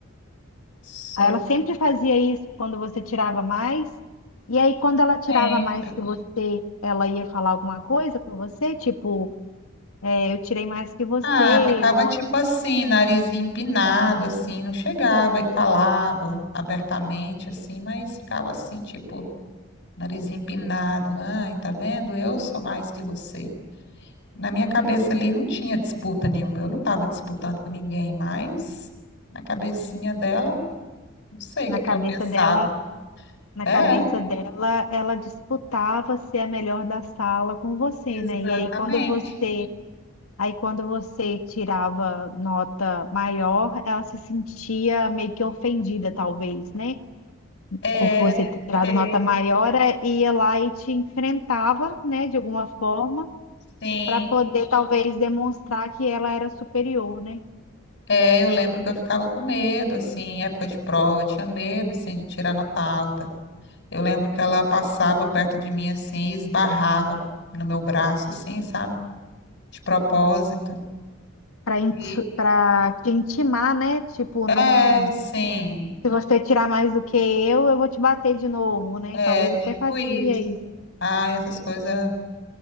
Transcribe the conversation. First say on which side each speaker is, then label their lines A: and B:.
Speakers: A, on the left; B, on the left.
A: Sou
B: Aí ela sempre fazia isso quando você tirava mais. E aí, quando ela tirava
A: sempre.
B: mais que você, ela ia falar alguma coisa com você, tipo, é, eu tirei mais que você,
A: Ah, ficava
B: ou
A: tipo assim, nariz empinado, assim, não chegava e falava abertamente, assim, mas ficava assim, tipo, nariz empinado. Ai, tá vendo? Eu sou mais que você. Na minha cabeça ali não tinha disputa nenhuma, eu não estava disputando com ninguém, mas na cabecinha dela, não sei o
B: na
A: que que
B: cabeça
A: ela pensava.
B: dela, na
A: É,
B: cabeça dela, ela disputava ser a melhor da sala com você,
A: exatamente.
B: né? E aí, quando você, aí quando você tirava nota maior, ela se sentia meio que ofendida, talvez, né?
A: É,
B: por você
A: desse
B: ter tirado
A: jeito.
B: nota maior, é, ia lá e te enfrentava, né, de alguma forma,
A: Sim.
B: para poder talvez demonstrar que ela era superior, né?
A: É, eu lembro que eu ficava com medo, assim, em época de prova, eu tinha medo, assim, de tirar nota alta. Eu lembro que ela passava perto de mim, assim, e esbarrava no meu braço, assim, sabe? De propósito.
B: Para
A: E,
B: para te intimar, né? Tipo,
A: é,
B: não,
A: sim,
B: se você tirar mais do que eu, eu vou te bater de novo, né?
A: é
B: Talvez
A: tipo
B: até faria
A: isso.
B: isso.
A: Ah, essas coisas.